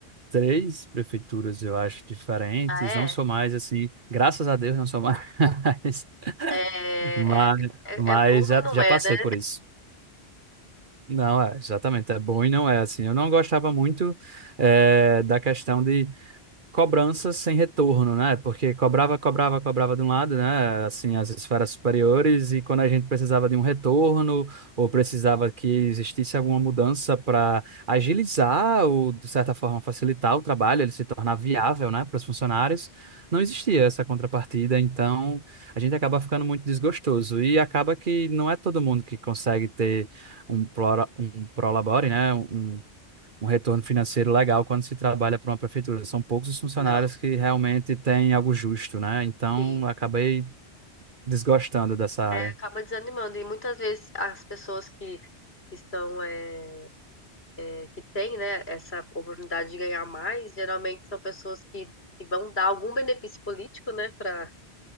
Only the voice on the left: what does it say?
Ah, é?
É,
é, é
é bom
e não
é,
né?
Não.
Sim.
Acaba desanimando. E muitas vezes as pessoas que, que são, é que têm, né, essa oportunidade de ganhar mais, geralmente são pessoas que, que vão dar algum benefício político, né, para,